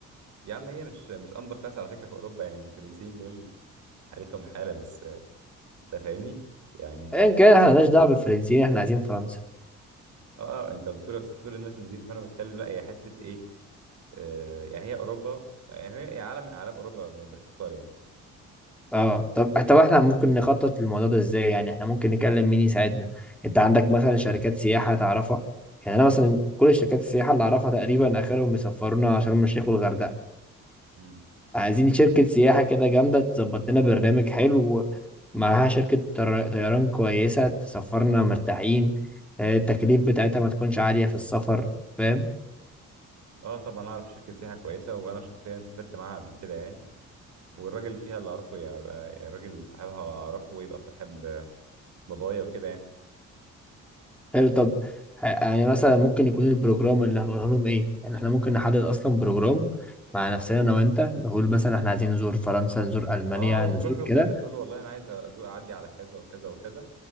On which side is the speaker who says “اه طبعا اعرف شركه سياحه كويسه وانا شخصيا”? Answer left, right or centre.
Right